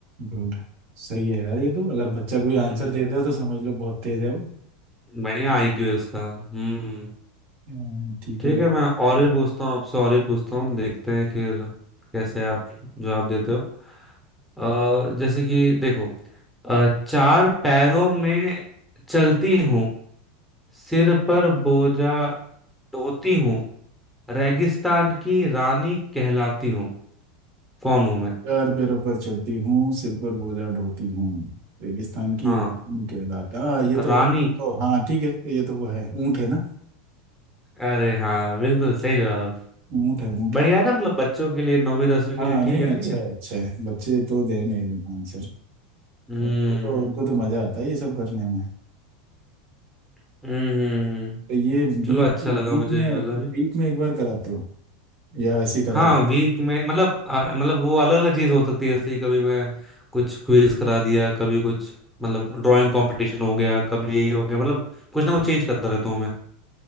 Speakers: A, on the right; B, in the centre.
A: गुड सही है यार ये तो अगर बच्चा कोई
B: हम्म
A: आंसर दे दे तो समझ लो बहुत तेज है वो
B: बढ़िया आईक्यू है उसका हम्म
A: हम्म, ठीक
B: ठीक
A: है और
B: है मैं और
A: और
B: भी पूछता हूँ आपसे और भी पूछता हूँ देखते हैं फिर कैसे आप जवाब देते हो अ, जैसे कि देखो अ, चार पैरों में चलती हूँ सिर पर बोझा ढोती हूँ रेगिस्तान की रानी कहलाती हूँ कौन हूँ मैं
A: चार पैरों पर चलती हूँ सिर पर बोझा ढोती हूँ रेगिस्तान की
B: हाँ
A: ये रानी कहलाता हाँ ये तो
B: रानी
A: ओ हाँ ठीक है ये तो वो है ऊँट है ना
B: अरे हाँ बिल्कुल सही जवाब
A: ऊँट है ऊँट
B: बढ़िया
A: है
B: है ना मतलब बच्चों के लिए नौवीं दसवीं
A: हाँ
B: के लिए ठीक
A: नहीं
B: है
A: अच्छा
B: ना ये
A: है अच्छा है बच्चे तो देंगे आंसर
B: हम्म
A: उनको तो उनको तो मजा आता है ये सब करने में
B: हम्म हम्म। हम्म।
A: तो ये वीक
B: चलो अच्छा
A: वीक
B: लगा मुझे
A: में
B: ये वाला भी
A: वीक में एक बार कराते हो या ऐसे ही करा
B: हाँ
A: रहे हो
B: वीक में मतलब अ, मतलब वो अलग अलग चीज हो सकती है जैसे कभी मैं कुछ क्विज करा दिया कभी कुछ मतलब ड्राइंग कंपटीशन हो गया कभी यही हो गया मतलब कुछ ना कुछ चेंज करता रहता हूँ मैं